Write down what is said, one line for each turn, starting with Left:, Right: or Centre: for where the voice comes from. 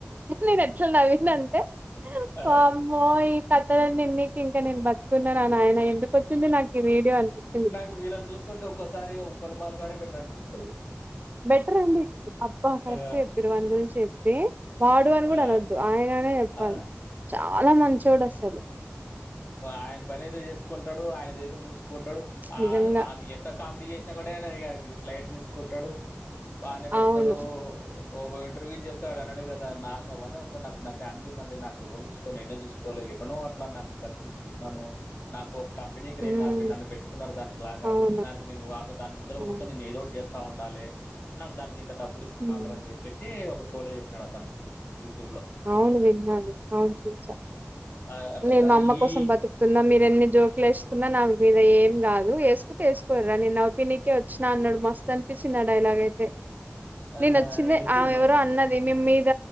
Right: నేను ఎట్లా నవ్వినంటే
Left: ఆ.
Right: వామ్ మోయ్ ఈ కథలన్ని ఇన్నికి ఇంకా నేను బతుకున్నానా నాయన ఎందుకు వచ్చింది నాకు ఈ వీడియో అనిపిచి
Left: నాకు వీళ్ళని చూస్తుంటే ఒక్కసారి ఉప్పల్ బాలు గాడే బెటర్ అనిపిస్తది
Right: బెటర్ అండి అబ్బా కరెక్ట్
Left: ఆ,
Right: చెప్పిరు వాని గురించి చెప్పి వాడు అని కూడా
Left: ఆ,
Right: అనొద్దు ఆయననే చెప్పాలి
Left: ఆ.
Right: చాలా మంచొడు అసలు
Left: ఆయన పని ఏదో చేసుకుంటాడు ఆయదేదో చూసుకుంటాడు ఆ
Right: నిజంగా.
Left: ఆ ఎ త కామేడి చేేసిన కూడా లైట్ తీసుకుంటడు బానే బత్తాడు
Right: అవును.
Left: ఓక ఇంటర్వ్యూ చేస్తే వాడు అన్నాడు కదా నాకు అవన్నీ అవసరం నాకు నా ఫ్యామిలీ ఉందండి నాకు ఎవరు చూసుకోరు నేనే చూసుకో ఎట్లనో అట్లా నాకు బతికించుకుంటున్నాను నాకు కంపెనీకి
Right: హ్మ్.
Left: నే నన్ను పెట్టుకున్నారు దానికి లాగా
Right: అవును.
Left: దానికి నేను దాని ముంద
Right: అవును.
Left: కూసోని నేను ఏదో ఒకటి చేస్ ఉండాలి నాకు దానికి ఇంత డబ్బులు ఇస్తాండారు
Right: హ్మ్.
Left: అని చెప్ చెప్పేసి ఒక షోలో చెప్పినాడు అతను యూట్యూబ్ లో
Right: అవును విన్నాను అవును చూసా
Left: ఆహ్, అట్లా
Right: నేను
Left: గాని
Right: మా అమ్మ
Left: ఈ
Right: కోసం బతుకుతున్నా మీరేన్ని జో వేసుకున్నా నా మీద ఏం కాదు వేసుకుంటే వేసుకోర్రా నేను నౌపినికే వచ్చినా అన్నాడు మస్ కనిపించింది ఆ డైలాగ్ అయితే
Left: ఆహ్,
Right: నేను వచ్చింది
Left: మెచ్యూర్డ్
Right: ఆమె
Left: మైండ్
Right: ఎవరో అన్న వెనిం మీద